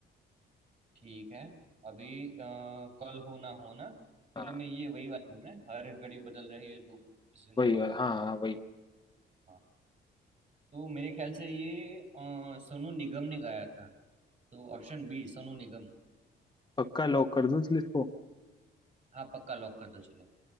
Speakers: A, on the right; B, on the left.
A: ठीक है अभी अ, कल हो ना हो ना
B: हाँ।
A: मतलब मैं ये वही वाला हूँ ना हर घड़ी बदल रही है धूप जिंदगी
B: वही हाँ हाँ वही
A: हाँ तो मेरे ख्याल से ये अ, सोनू निगम ने गाया था तो ऑप्शन बी सोनू निगम
B: पक्का लॉक कर दूं चल इसको
A: हाँ पक्का लॉक कर दो चलो